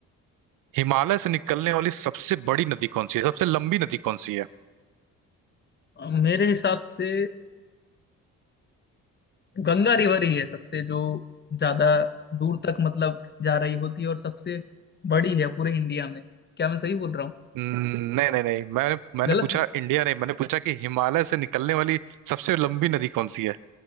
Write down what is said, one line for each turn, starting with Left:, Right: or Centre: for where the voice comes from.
Right: हिमालय से निकलने वाली सबसे बड़ी नदी कौन सी है सबसे लंबी नदी कौन सी है
Left: अ, मेरे हिसाब से गंगा रिवर ही है सबसे जो ज्यादा दूर तक मतलब जा रही होती है और सबसे बड़ी है पूरे इंडिया में क्या मैं सही बोल रहा हूँ
Right: हम्म, नहीं नहीं नहीं मैंने मैंने
Left: गलत
Right: पूछा
Left: है
Right: इंडिया नहीं मैंने पूछा कि हिमालय से निकलने वाली सबसे लंबी नदी कौन सी है